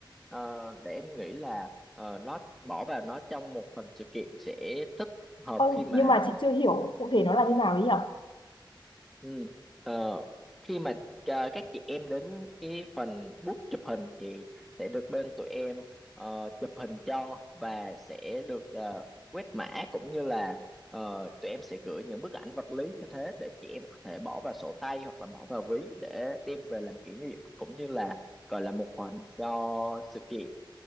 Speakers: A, in the centre; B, on the left.
A: Ờ, để em nghĩ là ờ, nó bỏ vào nó trong một phần sự kiện sẽ thích hợp
B: Ơ,
A: khi mà
B: nhưng mà chị chưa hiểu cụ thể nó là như nào ấy nhỉ?
A: Ừ. Ờ, khi mà à, các chị em đến cái phần bút chụp hình thì sẽ được bên tụi em ờ, chụp hình cho và sẽ được ờ, quét mã cũng như là ờ, tụi em sẽ gửi những bức ảnh vật lý như thế để chị em có thể bỏ vào sổ tay hoặc là bỏ vào ví để đem về làm kỷ niệm cũng như là gọi là một phần cho sự kiện.